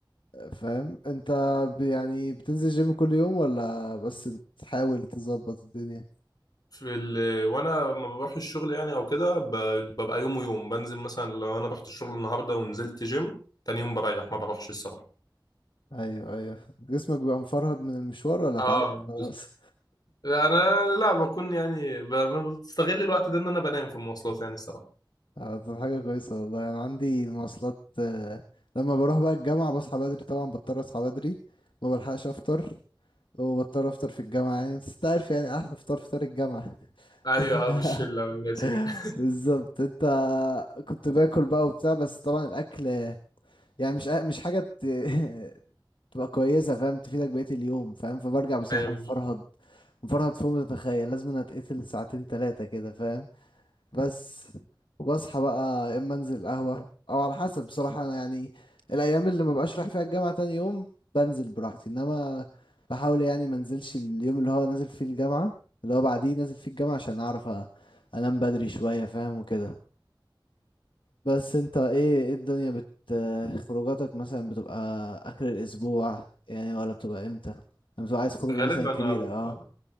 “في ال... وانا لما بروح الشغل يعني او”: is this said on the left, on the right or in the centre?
Left